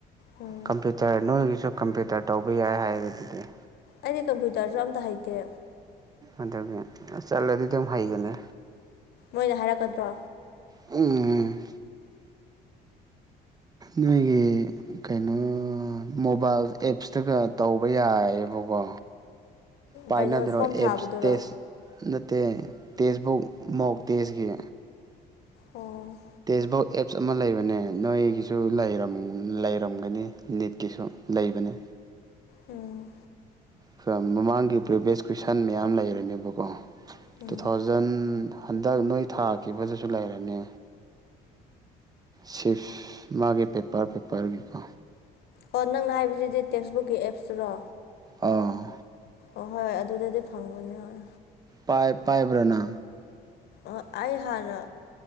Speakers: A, on the left; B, on the right.
A: ꯎꯝ
B: ꯀꯝꯄ꯭ꯌꯨꯇꯔ ꯅꯣꯏꯒꯤꯁꯨ ꯀꯝꯄ꯭ꯌꯨꯇꯔ ꯇꯧꯕ ꯌꯥꯏ ꯍꯥꯏꯔꯗꯨꯗꯤ
A: ꯑꯩꯗꯤ ꯀꯝꯄ꯭ꯌꯨꯇꯔꯁꯨ ꯑꯝꯇ ꯍꯩꯇꯦ
B: ꯑꯗꯨꯒꯤ ꯑꯥ ꯆꯠꯂꯗꯤ ꯗꯨꯝ ꯍꯩꯒꯅꯦ
A: ꯃꯣꯏꯅ ꯍꯥꯏꯔꯛꯀꯗ꯭ꯔꯣ
B: ꯎꯝ ꯎꯝ ꯅꯣꯏꯒꯤ ꯀꯩꯅꯣ ꯃꯣꯕꯥꯏꯜ ꯑꯦꯞꯁꯇꯒ ꯇꯧꯕ ꯌꯥꯌꯦꯕꯀꯣ ꯄꯥꯏꯅꯗ꯭ꯔꯣ
A: ꯀꯩꯅꯣ ꯐꯣꯝ ꯊꯥꯕꯗꯨꯔꯣ
B: ꯑꯦꯞꯁ ꯇꯦꯁ ꯅꯠꯇꯦ ꯇꯦꯖꯕꯨꯛ ꯃꯣꯛ ꯇꯦꯁꯒꯤ
A: ꯑꯣ
B: ꯇꯦꯁꯕꯨꯛ ꯑꯦꯞꯁ ꯑꯃꯥ ꯂꯩꯕꯅꯦ ꯅꯣꯏꯒꯤꯁꯨ ꯂꯩꯔꯝ ꯂꯩꯔꯝꯒꯅꯤ ꯅꯤꯠꯀꯤꯁꯨ ꯂꯩꯕꯅꯦ
A: ꯑꯣ
B: ꯐꯝ ꯃꯃꯥꯡꯒꯤ ꯄ꯭ꯔꯤꯚꯤꯌꯁ ꯀꯣꯏꯁꯟ ꯃꯌꯥꯝ ꯂꯩꯔꯅꯦꯕꯀꯣ
A: ꯎꯝ
B: ꯇꯨ ꯊꯥꯎꯖꯟ ꯍꯟꯗꯛ ꯅꯣꯏ ꯊꯥꯈꯤꯕꯗꯨꯁꯨ ꯂꯩꯔꯅꯤ ꯁꯤꯐ ꯃꯥꯒꯤ ꯄꯦꯄꯔ ꯄꯦꯄꯔꯒꯤꯀꯣ
A: ꯑꯣ ꯅꯪ ꯍꯥꯏꯕꯁꯤꯗꯤ ꯇꯦꯛꯁꯕꯨꯛꯀꯤ ꯑꯦꯞꯁꯇꯨꯔꯣ
B: ꯑꯥꯎ
A: ꯑꯣꯍꯣꯏ ꯑꯗꯨꯗꯗꯤ ꯐꯪꯕꯅꯦ ꯍꯣꯏ
B: ꯄꯥꯏ ꯄꯥꯏꯕ꯭ꯔꯥ ꯅꯥ
A: ꯑꯥ ꯑꯩ ꯍꯥꯟꯅ